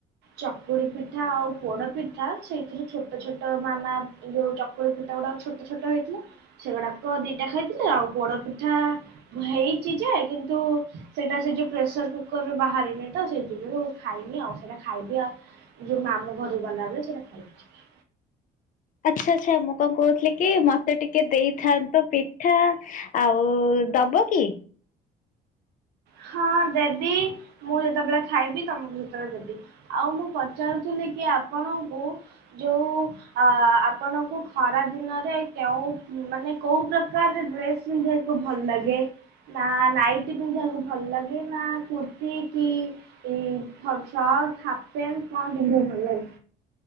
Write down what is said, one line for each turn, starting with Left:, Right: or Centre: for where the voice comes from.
Right: ଚକୁଡି ପିଠା ଆଉ ପୋଡ ପିଠା ସେଇଥିରୁ ଛୋଟ ଛୋଟ ମାମା ଯୋଉ <inaudible> ପିଠା ଗୁଡାକ ଛୋଟ ଛୋଟ ହେଇଥିଲା ସେଗୁଡାକ ଦିଟା ଖାଇଥିଲେ ଆଉ ପୋଡ ପିଠା ହେଇଛି ଯେ କିନ୍ତୁ ସେଇଟା ସେ ଯୋଉ ପ୍ରେସର କୁକରରେ ବାହାରିନି ତ ସେଇ ଯୋଗୁ ଖାଇନି ଆଉ ସେଇଟା ଖାଇବି ଆଉ ଯୋଉ ମାମୁ ଘରୁ ଗଲାବେଳେ ସେଇଟା ଖାଇକି ଯିବି
Left: ଆଚ୍ଛା ଆଚ୍ଛା ମୁଁ କଣ କହୁଥିଲି କି ସେ ଟିକେ ଦେଇଥାନ୍ତ ତ ପିଠା ଆଉ ଦବ କି?
Right: ହଁ ଦେବି ମୁଁ ଯେତେବେଳେ ଖାଇବି ତମ ଭିତରେ ଦେବି ଆଉ ମୁଁ ପଚାରୁଥିଲି କି ଆପଣଙ୍କୁ ଯୋଉ ଆପଣଙ୍କୁ ଖରା ଦିନରେ କେଉଁ ମାନେ କୋଉ ପ୍ରକାର ଡ୍ରେସ ପିନ୍ଧିବାକୁ ଭଲ ଲାଗେ ନା ନାଇଟି ପିନ୍ଧିବାକୁ ଭଲ ଲାଗେ ନା କୁର୍ତି କି ସଟ <inaudible> କଣ ପିନ୍ଧିବାକୁ ଭଲ ଲାଗେ?